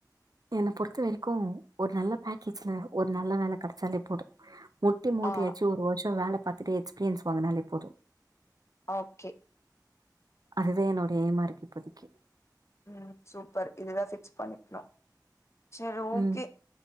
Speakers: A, on the right (about 60°); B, on the left (about 40°).
A: என்ன பொறுத்த வரிக்கு ஒரு நல்ல பேக்கேஜ்ல ஒரு நல்ல வேல கடச்சாலே போது முட்டி மோதியாச்சு
B: ஆ
A: ஒரு வர்ஷ வேல பார்த்துட்டே எக்ஸ்பீரியன்ஸ் வாங்கனாலே போது
B: ஓகே
A: அதுதா என்னோடைய ஏமா இருக்கு இப்போதிைக்கு
B: ம் சூப்பர் இதுதா பிக்ஸ் பண்ணிக்னு செரி ஓகே
A: ம்.